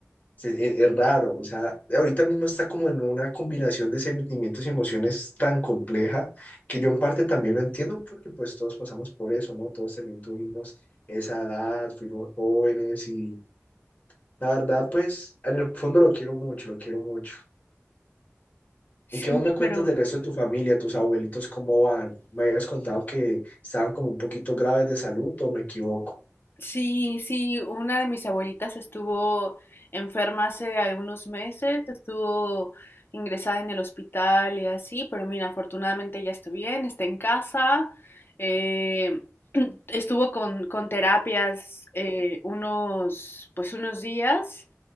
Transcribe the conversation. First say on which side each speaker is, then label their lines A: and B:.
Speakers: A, on the left; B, on the left.
A: se- e- es, raro. O sea, ahorita mismo está como en una combinación de sentimientos y emociones tan compleja que yo en parte también lo entiendo porque pues todos pasamos por eso, ¿no? Todos también tuvimos esa edad, fuimos jóvenes y la verdad, pues en el fondo lo quiero mucho, lo quiero mucho.
B: Sí,
A: ¿Y qué más me cuentas
B: pero
A: del resto de tu familia, tus abuelitos, cómo van? Me habías contado que estaban como un poquito graves de salud, ¿o me equivoco?
B: Sí, sí, una de mis abuelitas estuvo enferma hace algunos meses, estuvo ingresada en el hospital y así, pero mira, afortunadamente ya está bien, está en casa, eh, <clears throat> estuvo con, con terapias eh, unos, pues unos días